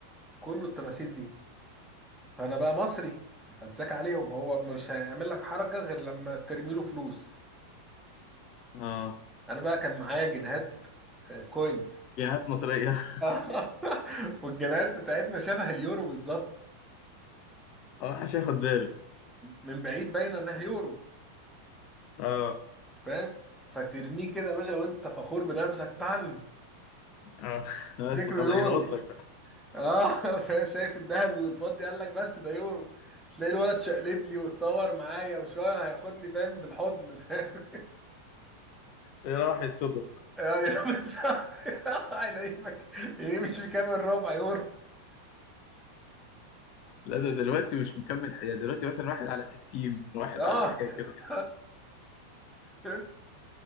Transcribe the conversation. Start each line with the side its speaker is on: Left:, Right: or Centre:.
Centre: كله التماثيل دي فانا بقى مصري اتذاك عليهم هو مش هيعمل لك حركه غير لما ترمي له فلوس
Left: اه
Centre: انا بقى كان معايا جنيهات آه، كوينز
Left: جنيهات مصريه
Centre: <laughs> والجنيهات بتاعتنا شبه اليورو بالظبط
Left: <laughs> اه حش ياخد باله
Centre: من بعيد باينه انها يورو
Left: اه
Centre: فاهم فترميه كده يا باشا وانت فخور بنفسك طن
Left: اه <laughs> بس
Centre: تفتكره
Left: خلاص
Centre: يورو
Left: يرقص لك بقى
Centre: اه <laughs> فاهم شايف الدهب والفضي قال لك بس ده يورو تلاقي الولد شقلب لي وتصور معايا وشويه هياخدني فاهم بالحضن فاهم <laughs>
Left: راح يتصدم بقى
Centre: ايوه بس <laughs> هيلاقيك إيه، مش في كام الربع يورو
Left: لا ده دلوقتي مش مكمل حياة دلوقتي مثلا واحد على 60 واحد
Centre: <laughs> اه
Left: على حاجة
Centre: بس
Left: كده
Centre: بس